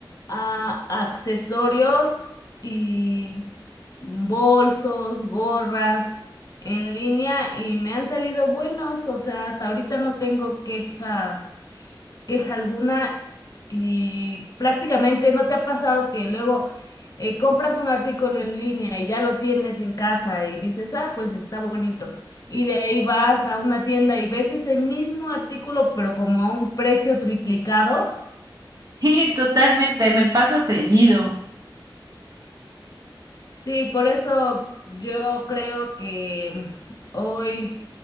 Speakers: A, on the left; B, on the right.
A: ah, accesorios y bolsos, gorras en línea y me han salido buenos. O sea, hasta ahorita no tengo queja queja alguna y prácticamente no te ha pasado que luego eh, compras un artículo en línea y ya lo tienes en casa y dices, ah, pues está bonito. Y de ahí vas a una tienda y ves ese mismo artículo, pero como a un precio triplicado.
B: Sí, totalmente, me pasa seguido.
A: Sí, por eso yo creo que hoy...